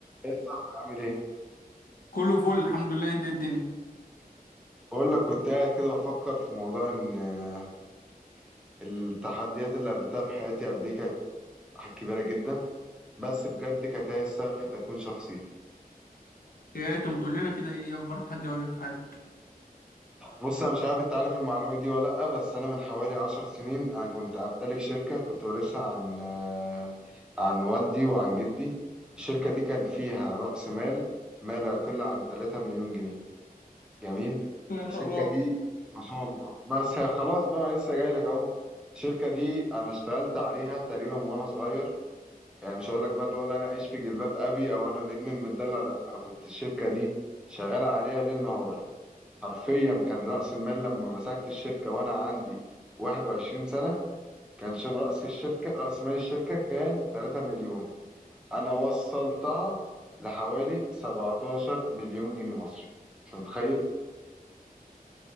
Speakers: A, in the centre; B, on the left.
A: ايه صح عامل ايه
B: كله فل الحمد لله انت ايه الدنيا
A: بقول لك كنت قاعد كده بفكر في موضوع ان آه، التحديات اللي قابلتها في حياتي قد ايه كانت كبيره جدا بس بجد كانت هي السبب في تكوين شخصيتي
B: ايه انت ما تقول لنا كده ايه اكبر تحدي واجهك في حياتك
A: بص انا مش عارف انت عارف المعلومه دي ولا لا بس انا من حوالي عشر سنين انا كنت امتلك شركه كنت وارثها عن آه، عن والدي وعن جدي الشركه دي كان فيها راس مال ما لا يقل عن 3 مليون جنيه جميل
B: ما شاء
A: الشركة
B: الله
A: دي ما شاء الله بس هي خلاص بقى انا لسه جاي لك اهو الشركة دي انا اشتغلت عليها تقريبا وانا صغير يعني مش هقول لك بقى اللي هو لا انا عايش في جلباب ابي او انا الابن المدلع لا انا كنت الشركة دي شغال عليها ليل نهار حرفيا كان رأس المال لما مسكت الشركة وانا عندي 21 سنة كان شم- رأس الشركة رأس مال الشركة كان 3 مليون انا وصلتها لحوالي 17 مليون جنيه مصري انت متخيل